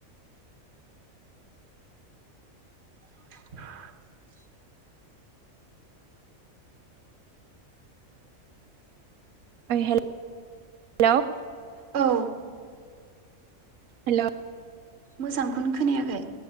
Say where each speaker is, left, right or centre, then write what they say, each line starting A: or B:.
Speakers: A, on the right (about 55°); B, on the right (about 85°).
A: <unintelligible>
B: ओइ हेल लौ
A: औ
B: हेलौ
A: मोजांखौनो खोनायाखै